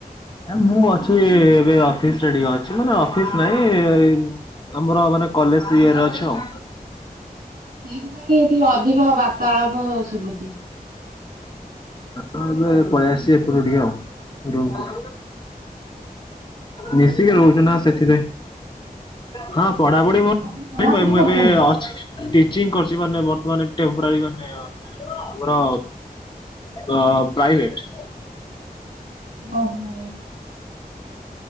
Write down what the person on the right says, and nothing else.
ସେଇଥିପାଇଁ ଟିକେ ଅଧିକ ବାର୍ତ୍ତାଳାପ ଶୁବୁଚି।
ଆପଣ
ପଢାପଢି
କରୁଛନ୍ତି?
ଆପଣ ପଢାପଢି
କରୁଛନ୍ତି?
ଓହୋ।